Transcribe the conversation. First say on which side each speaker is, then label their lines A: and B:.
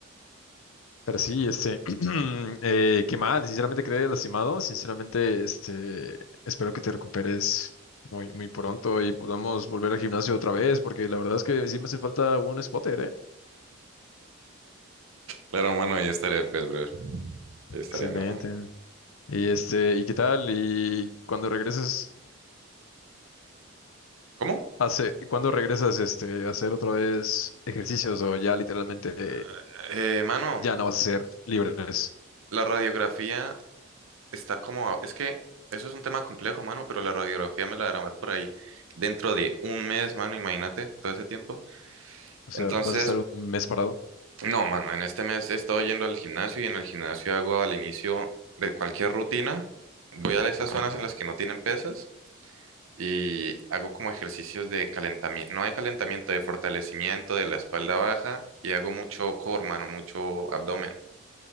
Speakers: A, on the left; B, on the right.
A: Pero sí, este, <clears throat> eh, qué mal, sinceramente quedé lastimado, sinceramente, este, espero que te recuperes muy, muy pronto y podamos volver al gimnasio otra vez, porque la verdad es que sí me hace falta un spotter, ¿eh?
B: Claro, mano, ahí estaré, pues, brother. Ahí estaré,
A: Excelente.
B: mano.
A: Y este, ¿y qué tal? ¿Y cuando regresas,
B: ¿Cómo?
A: hace, cuando regresas, este, a hacer otra vez ejercicios o ya literalmente
B: Ah, Eh, mano,
A: ya no vas a ser libres.
B: la radiografía está como... a- Es que eso es un tema complejo, mano, pero la radiografía me la darán por ahí dentro de un mes, mano, imagínate, todo ese tiempo.
A: O sea,
B: Entonces,
A: vas a estar un mes parado.
B: no, mano, en este mes he estado yendo al gimnasio y en el gimnasio hago al inicio de cualquier rutina, voy a esas zonas en las que no tienen pesas y hago como ejercicios de calentamiento, no de calentamiento, de fortalecimiento de la espalda baja y hago mucho core, mano, mucho abdomen,